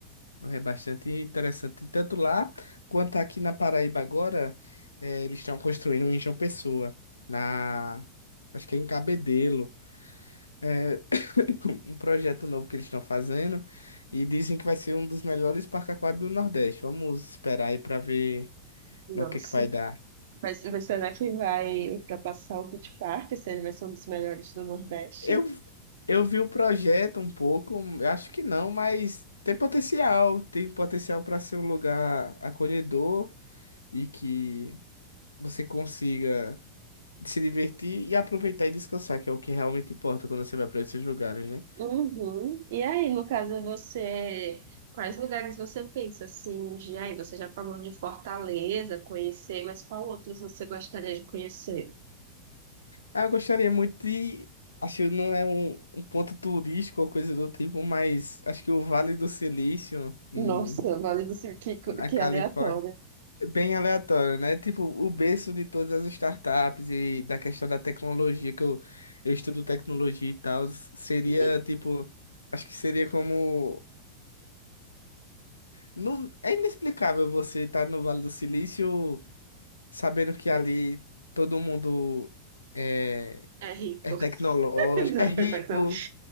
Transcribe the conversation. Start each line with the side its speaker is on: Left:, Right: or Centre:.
Left: É bastante interessante. Tanto lá quanto aqui na Paraíba agora, eh, eles estão construindo um em João Pessoa, na, acho que é em Cabedelo. É, <coughs> um projeto novo que eles estão fazendo e dizem que vai ser um dos melhores parques aquáticos do Nordeste. Vamos esperar aí para ver
Right: Nossa,
Left: no que que vai dar.
Right: vai vai- será que vai ultrapassar o Beach Park, se ele vai ser um dos melhores do Nordeste?
Left: Eu, eu vi o projeto um pouco, eu acho que não, mas tem potencial, tem potencial para ser um lugar acolhedor e que você consiga de se divertir e aproveitar e descansar, que é o que realmente importa quando você vai para esses lugares, né?
Right: Uhum. E aí, no caso, você, quais lugares você pensa assim de aí? Você já falou de Fortaleza, conhecer, mas qual outros você gostaria de conhecer?
Left: Ah, eu gostaria muito de. Acho que não é um, um ponto turístico ou coisa do tipo, mas acho que o Vale do Silício, em,
Right: Nossa, Vale do Sul, que, co-
Left: na
Right: que
Left: Califórnia,
Right: aleatório.
Left: é bem aleatório, né? Tipo, o berço de todas as startups e da questão da tecnologia, que eu, eu estudo tecnologia e tal, seria
Right: E-
Left: tipo. Acho que seria como. Não, é inexplicável você estar no Vale do Silício sabendo que ali todo mundo é,
Right: É rico.
Left: é tecnológico,
Right: <laughs> Não,
Left: é rico,
Right: tá não. <laughs>